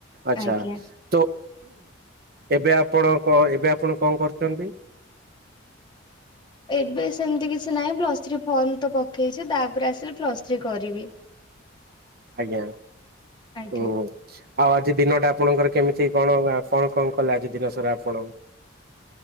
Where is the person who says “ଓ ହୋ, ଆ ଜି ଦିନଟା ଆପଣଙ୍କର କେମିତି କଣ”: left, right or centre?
Right